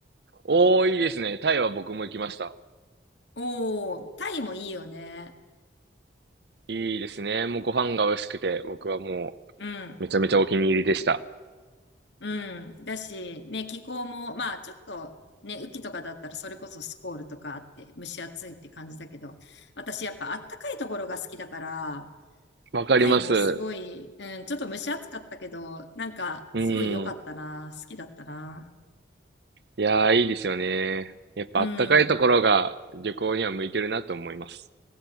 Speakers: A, on the right; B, on the left.
A: おー、いいですね。タイは僕も行きました。
B: おー、タイもいいよね。
A: いいですね。もうご飯が美味しくて、僕はもうめちゃめちゃお気に入りでした。
B: うん、うん。だし、ね、気候も、まあちょっと、ね、雨季とかだったらそれこそスコールとかあって蒸し暑いって感じだけど、私やっぱあったかいところが好きだから、
A: わかります。
B: タイもすごい、うん、ちょっと蒸し暑かったけど、なんかすごい良かったな。
A: うん。
B: 好きだったな。
A: いやー、いいですよね。やっぱあったかいところが旅行には向いてるなと思います。
B: うん。